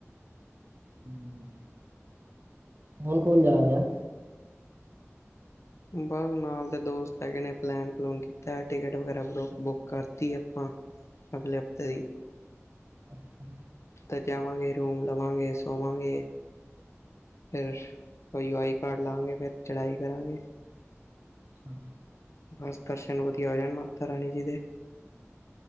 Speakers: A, on the right (about 45°); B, on the left (about 70°).
A: ਹੂੰ, ਹੋਰ ਕੋਨ ਜਾ ਰਿਹਾ?
B: ਬੱਸ ਨਾਲ ਦੇ ਦੋਸਤ ਹੈਗੇ ਨੇ ਪਲਾਨੇ -ਪਲੋਨੇ ਕਿਤਾਂ ਹੈ। ਟਿਕਟ ਵਗੜਾ ਬਰੋ ਬੁਕ ਕਰਤੀ ਆਪਾਂ। ਅਗਲਾ ਹਫਤਾ ਦੀ।
A: ਅੱਛਾ
B: ਤੇ ਜਾਵੇਗਏ, ਰੂਮ ਲਾਵਾ ਗਏ, ਸੋਵਾ ਗਏ। ਫ <unintelligible> ਕੋਈ ਆਈ ਕਾਰਡ ਲਾਂਗੇ ਫਿਰ ਚੜਾਈ ਕਰਾਂਗੇ।
A: ਹਮ।
B: ਬਸ ਦਰਸ਼ਨ ਵਧੀਆ ਹੋ ਜਾਣ ਮਾਤਾਰਾਨੀ ਜੀ ਦੇ।